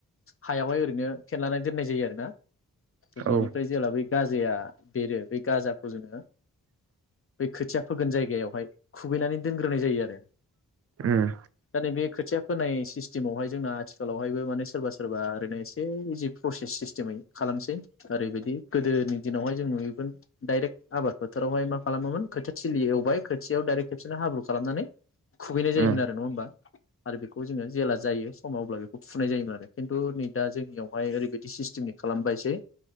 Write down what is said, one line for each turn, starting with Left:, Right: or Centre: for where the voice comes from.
Left: हायावहाय ओरैनो फेनलानानै दोननाय जायो आरोना। त'
Right: औ
Left: बिनिफ्राय जेला बे गाजा या बेरो बे गाजाखौ जोङो बे खोथिया फोगोन जायगायाव हाय खु दोनग्रोनाय जायो आरो
Right: उम
Left: दा नैबे खोथिया फोनाय सिस्टेमावहाय जोंना आथिखालावहायबो माने सोरबा सोरबा ओरैनो एसे इजि प्रसेस सिस्टिम मै खालामसै आरो बिदि गोदोनि दिनावहाय जों नुयोमोन डाइरेक्ट आबाद फोथावहाय मा खालामामोन खोथियाथिलि एवबाय खोथियायाव डाइरेक्ट बिदिनो हाब्रु खालामनानै खुबैनाय
Right: उम
Left: जायोमोन आरो नङा होमबा? आरो बेखौ जोङो जेला जायो। समावब्ला बेखौ फुनाय जायोमोन आरो खिन्थु नै दा जोंनियावहाय ओरैबायदि सिस्टेमनि खालामबायसै